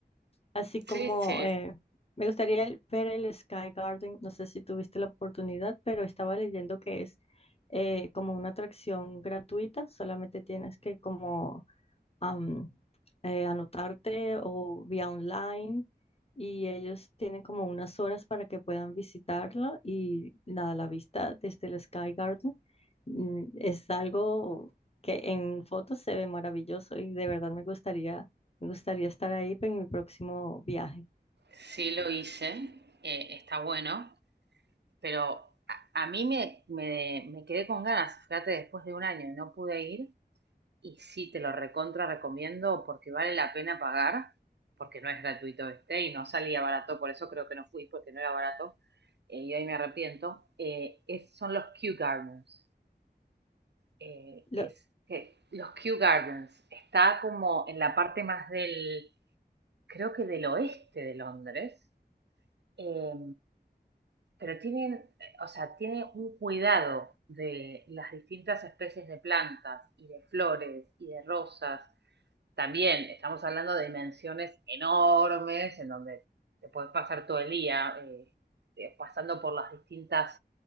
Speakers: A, on the left (about 35°); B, on the right (about 85°).
A: así
B: sí,
A: como
B: sí,
A: eh, me gustaría el- ver el Sky Garden, no sé si tuviste la oportunidad, pero estaba leyendo que es eh, como una atracción gratuita, solamente tienes que como am, eh, anotarte o vía online y ellos tienen como unas horas para que puedan visitarlo y nada, la vista desde el Sky Garden mm, es algo que en fotos se ve maravilloso y de verdad me gustaría, me gustaría estar ahí en mi próximo viaje.
B: sí lo hice, eh, está bueno, pero a, a mí me, me, me quedé con ganas, fíjate, después de un año y no pude ir, y sí te lo recontra recomiendo porque vale la pena pagar, porque no es gratuito este y no salía barato, por eso creo que no fui, porque no era barato, eh, y ahí me arrepiento, eh, es- son los Kew Gardens, eh,
A: Lo-
B: es que los Kew Gardens, está como en la parte más del creo que del oeste de Londres, eh, pero tienen, eh, o sea, tiene un cuidado de las distintas especies de plantas y de flores y de rosas. También estamos hablando de dimensiones enormes en donde te puedes pasar todo el día eh, eh, pasando por las distintas,